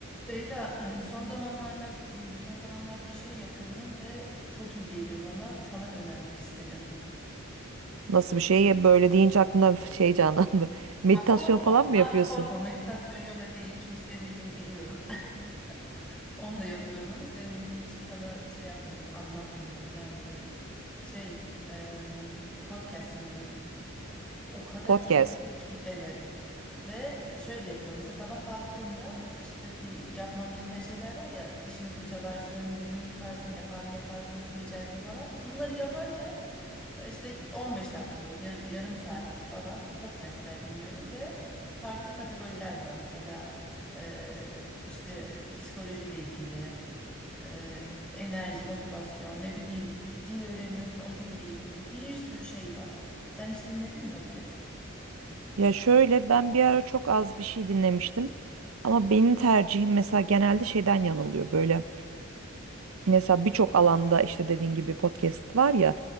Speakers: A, in the centre; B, on the right (about 90°).
A: Beyda, eh, son zamanlarda hmm, son zamanlarda bir şey yapıyorum ve çok iyi geliyor bana. Sana da önermek istedim.
B: Nasıl bir şey? Böyle deyince aklımda bir şey canlandı. <laughs> Meditasyon
A: Bak korkma.
B: falan mı
A: Ha,
B: yapıyorsun?
A: korkma. Meditasyon, yoga değil. Çünkü sevmediğini biliyorum. <laughs> Onu da yapıyorum ama sevmediğin için sana şey yapmıyorum, anlatmıyorum, önermiyorum. Şey, em, podcast dinliyorum. O kadar
B: Podcast.
A: iyi geliyor ki evet. Ve şöyle yapıyorum. Mesela sabah kalktığımda işte bir yapman gereken şeyler var ya dişini fırçalarsın, yüzünü yıkarsın, yatağını yaparsın, su içersin falan. Bunları yaparken e, işte 15 dakikalık, yar- yarım saatlik falan podcastler dinliyorum ve farklı kategoriler var. Mesela e, işte psikolojiyle ilgili, e, enerji, motivasyon, ne bileyim dil öğreniyorsun o dille ilgili bir sürü şey var. Sen hiç dinledin mi podcast?
B: Ya şöyle ben bir ara çok az bir şey dinlemiştim. Ama benim tercihim mesela genelde şeyden yana oluyor. Böyle mesela birçok alanda işte dediğin gibi podcast var ya.